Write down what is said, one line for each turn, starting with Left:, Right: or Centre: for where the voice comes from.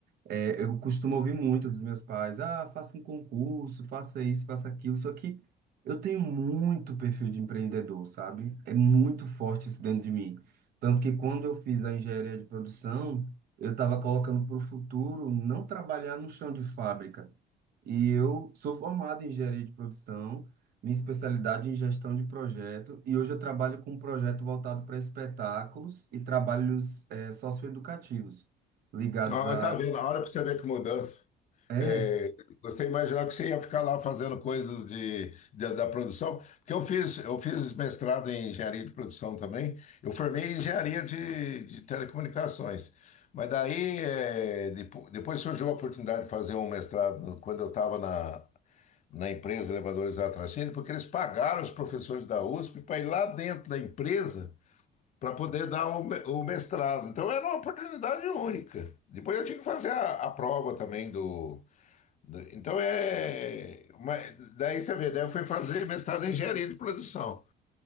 Right: é, eu costumo ouvir muito dos meus pais, ah, faça um concurso, faça isso, faça aquilo, só que eu tenho muito perfil de empreendedor, sabe? É muito forte isso dentro de mim. Tanto que quando eu fiz a engenharia de produção, eu estava colocando para o futuro não trabalhar no chão de fábrica, e eu sou formado em engenharia de produção, minha especialidade é em gestão de projeto, e hoje eu trabalho com um projeto voltado para espetáculos e trabalhos eh, socioeducativos, ligados
Left: Ó,
Right: a.
Left: tá vendo? A hora pra você ver que mudança.
Right: Não. É,
Left: É, você imaginar que você ia ficar lá fazendo coisas de, de- da produção, porque eu fiz, eu fiz mestrado em engenharia de produção também, eu formei em engenharia de, de telecomunicações, mas daí é, depo- depois surgiu a oportunidade de fazer um mestrado quando eu estava na na empresa Elevadores Atracene, porque eles pagaram os professores da USP para ir lá dentro da empresa para poder dar o, mestrado. Então era uma oportunidade única. Depois eu tinha que fazer a, a prova também do, do- Então é. uma- daí você vê, daí eu fui fazer mestrado em engenharia de produção,